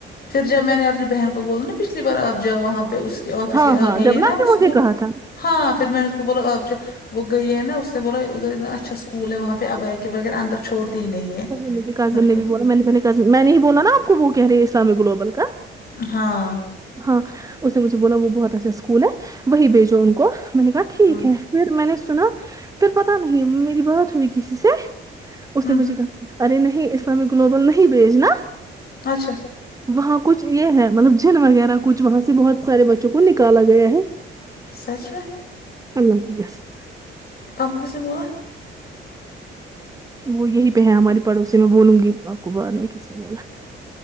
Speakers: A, on the left; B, on the right.
A: پھر جب میں نے اپنی بہن کو بول نا پچھلی بار آپ جاؤ وہاں پہ اس آفس
B: ہاں
A: کے آ
B: ہاں
A: گے
B: جب
A: ہے نا
B: آپ
A: اسکول
B: نے مجھے کہا تھا
A: ہاں پھر میں اس کو بولا آپ جا وہ گئی ہے نا اس نے بولا ادھر اتنا اچھا اسکول ہے وہاں پہ اباک کے بغیر اندر چھوڑتے ہی نہیں ہے
B: وہی مجھے کزن
A: لڑکیوں
B: نے بھی
A: کو
B: بولا میں نے پہلے میں نے ہی بولا نا آپ کو وہ کہہ رہے اسلامک گلوبل کا
A: ہاں
B: ہاں اس نے مجھے بولا وہ بہت اچھا اسکول ہے وہی بھیجو ان کو میں نے کہا ٹھیک
A: ہاں
B: ہے پھر میں نے سنا پھر پتا نہیں میری بات ہوئی کسی سے اس
A: ہوں
B: نے مجھے کہا ارے نہیں اسلامک گلوبل نہیں بیجھنا
A: اچھا
B: وہاں کچھ یہ ہے مطلب جن وغیرہ کچھ وہاں سے بہت سارے بچوں کو نکالا گیا ہے <inaudible>
A: سچ میں
B: اللہ کی قسم
A: آپ کو کس نے بولا
B: وہ یہی پہ ہے ہماری پڑوسی میں بولوں گی آپ کو بعد میں کس نے بولا